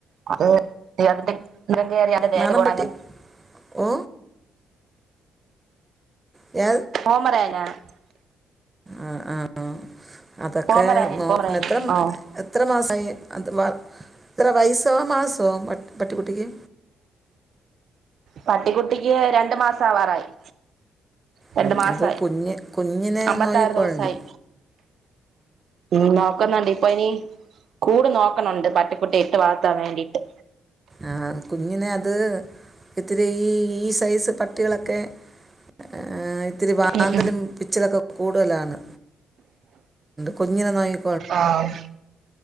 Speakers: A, on the right; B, on the right.
A: അത് അതിന്റെ <unintelligible> ദേ
B: നാടൻ
A: കൊട
B: പട്ടി
A: അങ്ങെ.
B: ഓ എ
A: <inaudible>
B: ആഹ് ആ ആ അതൊക്കെ
A: പോമറാനിയൻ
B: നോക്കണം
A: പോമറാനിയൻ
B: എത്രം
A: ആ
B: എത്ത എത്ര മാസായി? അത് വ എത്ര വയസ്സോ, മാസോ പ പട്ടിക്കുട്ടിക്ക്?
A: പട്ടിക്കുട്ടിക്ക് രണ്ടു മാസം ആവാറായി. രണ്ടു
B: ഉം,
A: മാസായി
B: അത് കുഞ്ഞ് കുഞ്ഞിനെ
A: അമ്പത്താറ്
B: നോയിക്കൊള്ളണം
A: ദിവസവായി ഉം നോക്കുന്നുണ്ടി പ്പൊ അയ്നി? കൂട് നോക്കണുണ്ട് പട്ടിക്കുട്ടി ഇട്ട് വൾത്താൻ വേണ്ടിയിട്ട്.
B: ആഹാ കുഞ്ഞിനെയത് ഇത്തിരി ഈ ഈ സൈസ് പട്ടികളൊക്കെ എഹാ ഇത്തിരി വാന്തലും
A: ഉം
B: പിച്ചിലൊക്കെ കൂടുതലാണ് കുഞ്ഞിനെ നോക്കി
A: ആഹ.